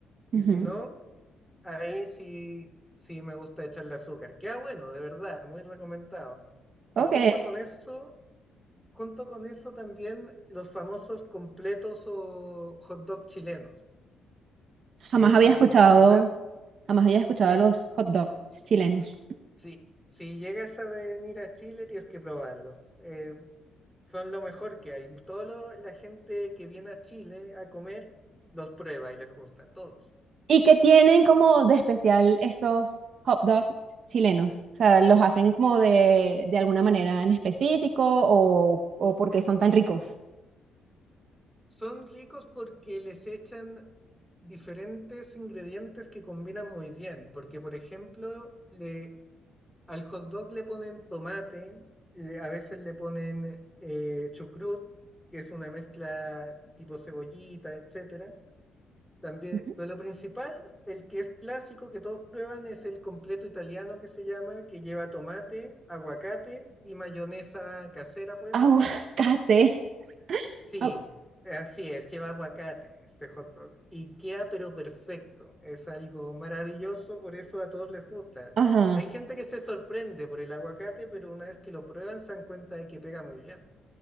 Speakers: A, in the centre; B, on the right.
A: Y
B: Ujú.
A: si no, ahí sí, sí me gusta echarle azúcar. Queda bueno, de verdad, muy recomendado. Y
B: Ok.
A: junto con eso, junto con eso también los famosos completos o hot dog chilenos, que
B: Jamás
A: es
B: había
A: de
B: escuchado,
A: lo que más,
B: jamás había escuchado
A: sí,
B: los hot dogs chilenos.
A: sí, si llegas a venir a Chile tienes que probarlo. eh, Son lo mejor que hay. Toda la gente que viene a Chile a comer los prueba y les gusta, todos.
B: ¿Y que tienen como de especial estos hot dogs chilenos? O sea, ¿los hacen como de, de alguna manera en específico o, o porque son tan ricos?
A: Son ricos porque les echan diferentes ingredientes que combinan muy bien, porque por ejemplo, le, al hot dog le ponen tomate, le- a veces le ponen eh, chucrut, que es una mezcla tipo cebollita, etcétera También,
B: Ujú.
A: pero lo principal, el que es clásico que todos prueban es el completo italiano que se llama, que lleva tomate, aguacate y mayonesa casera, ¿puede ser?
B: Aguacate.
A: Sí,
B: Au-
A: así es, lleva aguacate este hot dog y queda pero perfecto, es algo maravilloso, por eso a todos les gusta.
B: Ajá.
A: Hay gente que se sorprende por el aguacate, pero una vez que lo prueban se dan cuenta de que pega muy bien.